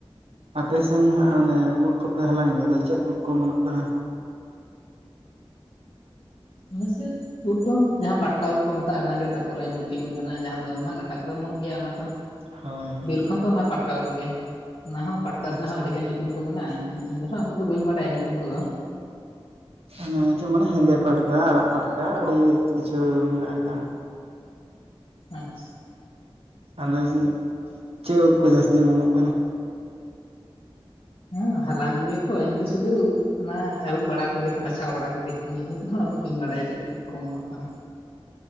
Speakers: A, on the right; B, on the left.
A: ᱟᱯᱮᱥᱱ ᱦᱟᱸᱜ ᱚᱱᱮ ᱩᱫ ᱠᱚᱯᱮ ᱦᱟᱞᱟᱝ ᱜᱮᱫᱚ ᱪᱮᱫ ᱩᱫ ᱠᱚ ᱚᱢᱚᱱᱚᱜ ᱠᱟᱱᱟ?
B: ᱢᱥᱮᱛ <unintelligible> ᱩᱫ ᱫᱚ ᱡᱟᱦᱟᱸ ᱯᱟᱴᱠᱟ ᱩᱫ ᱠᱚ ᱢᱮᱛᱟᱜᱼᱟ ᱚᱱᱟᱜᱮ ᱛᱟᱯᱚᱨᱮ ᱢᱩᱪᱤ ᱩᱫ ᱢᱮᱱᱟᱜᱼᱟ ᱡᱟᱦᱟᱸ ᱫᱚ ᱢᱟᱜ ᱞᱟᱴᱟ ᱠᱚᱨᱮ ᱚᱢᱚᱱᱩᱜ ᱜᱮᱭᱟ ᱚᱱᱟ ᱫᱚ᱾
A: ᱦᱳᱭ ᱦᱚᱭ
B: ᱛᱚᱠᱷᱚᱱ ᱫᱚ ᱚᱱᱟ ᱯᱟᱴᱠᱟᱣᱫ ᱜᱮ ᱚᱱᱟ ᱦᱚᱸ ᱯᱟᱴᱠᱟᱣ
A: ᱟᱪᱪᱷᱟ
B: ᱨᱮᱱᱟᱜ ᱦᱚᱸ ᱟᱹᱰᱤ ᱜᱟᱱ ᱧᱩᱛᱩᱢ ᱧᱩᱛᱩᱢ ᱠᱚ ᱢᱮᱱᱟᱜᱼᱟᱧ ᱤᱧᱫᱚ ᱱᱟᱦᱟᱜ ᱩᱱᱟᱹᱜ ᱫᱚ ᱵᱟᱹᱧ ᱵᱟᱲᱟᱭᱟ ᱧᱩᱛᱩᱢ ᱠᱚᱫᱚ᱾
A: ᱚᱱᱮ ᱡᱮᱢᱚᱱ ᱦᱮᱸᱫᱮ ᱯᱟᱲᱠᱟ ᱟᱨᱟᱜ ᱯᱟᱴᱟ ᱟᱹᱰᱤ ᱠᱤᱪᱷᱩ ᱢᱮᱱᱟᱜ ᱟᱠᱟᱜᱼᱟ ᱦᱟᱸᱜ᱾
B: ᱟᱪᱪᱷᱟ
A: ᱟᱫᱚ ᱡᱮ ᱪᱮᱫ ᱩᱫ ᱠᱚ ᱡᱟᱹᱥᱛᱤ ᱚᱢᱚᱱᱚᱜ ᱠᱟᱱᱟ᱾
B: ᱦᱮᱸ ᱦᱟᱞᱟᱝᱧ ᱟᱹᱜᱩᱭᱟᱛᱚ ᱤᱧ ᱫᱚ ᱥᱩᱫᱩ ᱚᱱᱟ ᱟᱹᱨᱩᱵ ᱵᱟᱲᱟ ᱠᱚᱜᱮ ᱵᱟᱪᱷᱟᱣ ᱵᱟᱲᱟ ᱠᱚᱜᱮ ᱧᱩᱛᱩᱢ ᱠᱚᱫᱚ ᱦᱟᱸᱜ ᱩᱱᱟᱹᱜ ᱵᱟᱹᱧ ᱵᱟᱰᱟᱭᱟ ᱪᱮᱫ ᱩᱫ ᱠᱚ ᱚᱢᱚᱱᱚᱜ ᱠᱟᱱᱟ᱾